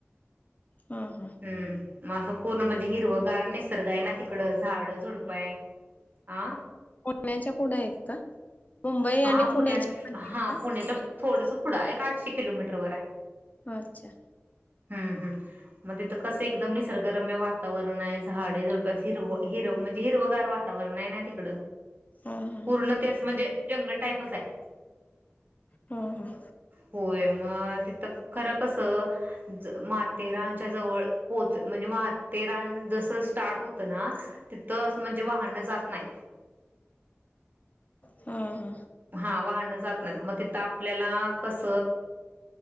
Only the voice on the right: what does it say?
हम् मग असं पूर्ण म्हणजे हिरवं गार निसर्ग आहे ना तिकडं झाड झुडपय. आह.
हा
पुण्या
हा
पुण्याच्या थोडस पुढं एक आठशे किलोमीटर वर आहे
हम्म हम्म मग तिथ कस. एकदम निसर्गरम्य वातावरण आहे झाडे जवळपास हिरव हिरव म्हणजे हिरवगार वातावरण आहे ना तिकडे.
पूर्ण ते अस म्हणजे जंगल टाईपच आहे.
होय मग तिथं खरं कस. महाथेरानच्या जवळ पोहच म्हणजे म्हातेरान जस स्टार्ट होत ना तिथं असं म्हणजे वाहणं जात नाहीत.
हा वाहनं जात नाहीत मग त आपल्याला कस.